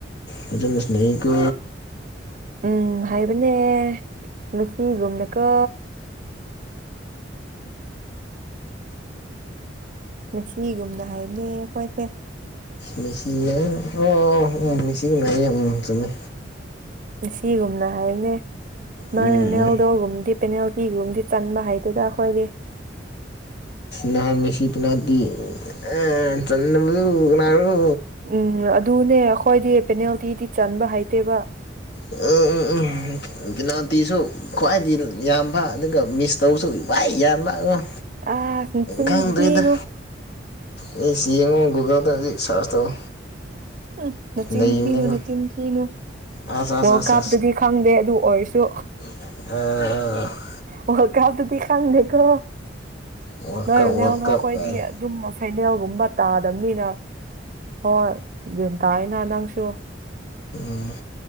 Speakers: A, on the left (about 60°); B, on the right (about 45°).
A: ꯐꯖꯅ ꯁꯥꯟꯅꯩꯀꯣ
B: ꯎꯝ ꯍꯩꯕꯅꯦ ꯃꯦꯁꯤꯒꯨꯝꯅꯀꯣ ꯃꯦꯁꯤꯒꯤꯒꯨꯝꯅ ꯍꯩꯕꯅꯦ ꯑꯩꯈꯣꯏꯁꯦ
A: ꯃꯤꯁꯤ ꯑꯣ ꯎꯝ ꯃꯤꯦꯁꯤꯒꯨꯝ ꯌꯥꯝ ꯎꯝ ꯆꯨꯝꯃꯦ
B: ꯃꯦꯁꯤꯒꯨꯝꯅ ꯍꯥꯏꯕꯅꯦ ꯅꯪ
A: ꯎꯝ
B: ꯔꯣꯅꯥꯜꯗꯣꯒꯨꯝ
A: ꯎꯝ
B: ꯄꯦꯅꯥꯜꯇꯤꯒꯨꯝꯕꯗꯤ ꯆꯟꯕ ꯍꯩꯇꯦꯗ ꯑꯩꯈꯣꯏꯒꯤ
A: ꯅꯍꯥꯟ ꯃꯦꯁꯤ ꯄꯦꯅꯥꯜꯇꯤ ꯑꯥ ꯆꯟꯗꯕꯗꯣ ꯀꯅꯥꯔꯣ
B: ꯎꯝ ꯑꯗꯨꯅꯦ ꯑꯩꯈꯣꯏꯗꯤ ꯄꯦꯅꯥꯜꯇꯤꯗꯤ ꯆꯟꯕ ꯍꯩꯇꯦꯕ
A: ꯎꯝ ꯎꯝ ꯎꯝ ꯄꯤꯅꯥꯜꯇꯤꯁꯨ ꯈ꯭ꯋꯥꯏꯗꯒꯤ ꯌꯥꯝꯕ ꯑꯗꯨꯒ ꯃꯤꯁ ꯇꯧꯕꯁꯨ ꯈ꯭ꯋꯥꯏ ꯗꯩ ꯌꯥꯝꯕ ꯑꯝ
B: ꯑꯥ ꯅꯆꯤꯟ
A: ꯈꯪꯗ꯭ꯔꯦꯗ
B: ꯊꯤꯅꯨ
A: ꯃꯦꯁꯤ ꯌꯦꯡꯉꯨ ꯒꯨꯒꯜꯗ ꯍꯧꯖꯤꯛ ꯁꯔꯁ ꯇꯧ
B: ꯍꯪ ꯅꯆꯤꯟ
A: ꯂꯩꯕꯅꯤꯀꯣ
B: ꯊꯤꯅꯨ ꯅꯆꯤꯟ ꯊꯤꯅꯨ
A: ꯑꯁ ꯑꯁ
B: ꯋꯥꯔꯜ
A: ꯑꯁ
B: ꯀꯞꯇꯗꯤ ꯈꯪꯗꯦ ꯑꯗꯨ ꯑꯣꯏꯔꯁꯨ
A: ꯑꯥ ꯑꯥ ꯑꯥ
B: ꯋꯥꯔꯜ ꯀꯞꯇꯗꯤ ꯈꯪꯗꯦꯀꯣ
A: ꯋꯥꯔꯜ
B: ꯅꯣꯏ
A: ꯀꯞ
B: ꯔꯣꯅꯥꯜꯗꯣ
A: ꯋꯥꯔꯜ ꯀꯞ
B: ꯈꯣꯏꯗꯤ
A: ꯀꯥꯏꯅ
B: ꯑꯗꯨꯝ ꯃꯁ ꯐꯥꯏꯅꯦꯜꯒꯨꯝꯕ ꯇꯥꯗꯕꯅꯤꯅ ꯍꯣꯏ ꯒ꯭ꯌꯥꯟ ꯇꯥꯢꯅ ꯅꯪꯁꯨ
A: ꯎꯝ